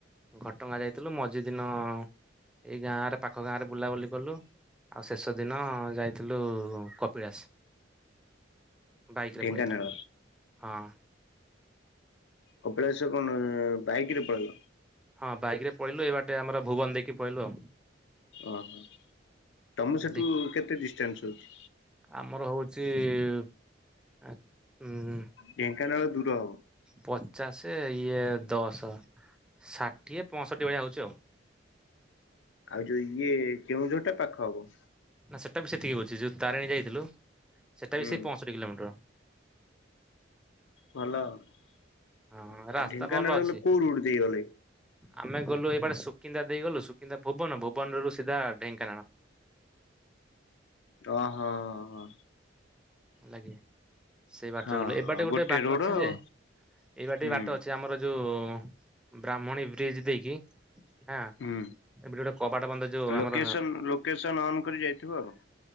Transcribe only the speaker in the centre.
ଘଟ ଗାଁ ଯାଇ ଥିଲୁ। ମଝି ଦିନ, ଏଇ ଗାଁରେ ପାଖ ଗାଁରେ ବୁଲାବୁଲି କଲୁ। ଆଉ ଶେଷ ଦିନ ଯାଇଥିଲୁ କପିଳାସ। ବାଇକରେ
ପଳେଇଥିଲୁ। ହଁ।
ହଁ ବାଇକ୍ ରେ ପଳେଇଲୁ ଏଇ ବାଟେ ଆମର ଭୁବନ ଦେଇକି ପଳେଇଲୁ ଆଉ।
ଦେଖ
ଆମର ହଉଚି ଉଁ
ପଚାଶେ ଇଏ ଦଶ ଷାଠିଏ ପଂଶଠିି ଭଳିଆ ହଉଛି ଆଉ।
ନା ସେଇଟା ବି ସେତିକି ହଉଛି ଯୋଉ ତାରିଣୀ ଯାଇଥିଲୁ ସେଇଟା
ବି ସେଇ ପଂଶଠିି କିଲୋମିଟର।
ହଁ ରାସ୍ତା
ଭଲ ଅଛି।
ଆମେ ଗଲୁ ଏଇ ବାଟେ ସୁକିନ୍ଦା ଦେଇ ଗଲୁ ସୁକିନ୍ଦା ଭୁବନ ଭୁବନ ରୁ ସିଧା ଢେଙ୍କାନାଳ।
ଆଜ୍ଞା ସେଇ ବାଟରେ
ଗଲୁ ଏ
ବାଟେ ଗୋଟେ ବାଟ
ଅଛି ଯେ
ଏଇ ବାଟେ
ବାଟ ଅଛି ଆମର ଯୋଉ ବ୍ରାହ୍ମଣୀ ବ୍ରିଜ୍ ଦେଇକି ହଁ
ଏବେ ଗୋଟେ କବାଟ ବନ୍ଦ ଯୋଉ ଆମର